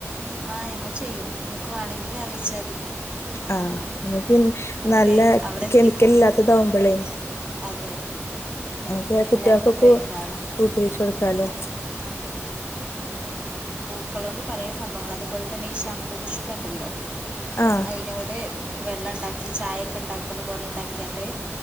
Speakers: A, on the right; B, on the left.
A: ആ ഞങ്ങൾ ചെയ്യും നിങ്ങക്ക് വേണങ്കില് അറിയിച്ചാ മതി.
B: ആഹ് പി
A: ഞങ്ങൾ
B: നല്ല
A: അവിടെ എത്തിക്കും
B: കെമിക്കൽ ഇല്ലാത്തതാവുമ്പോളേ
A: അതെ
B: അമ കുട്ടികൾക്കൊക്കെ
A: എല്ലാവർക്കും ഉപയോഗിക്കാലോ
B: ഉപയോഗിച്ച കൊടുക്ക ഹലോ
A: അതെ ഈ പൂക്കള കൊണ്ട് പഴയ സംഭവങ്ങൾ അതേപോലെ തന്നെ ഈ ശംഖു പുഷ്പണ്ടല്ലോ
B: ആഹ്
A: അയിനോട് വെള്ളം ഇണ്ടാക്കി ചായയൊക്കെ ഇണ്ടാക്കുന്ന പോലെ ഇണ്ടാക്കിയാണ്ട്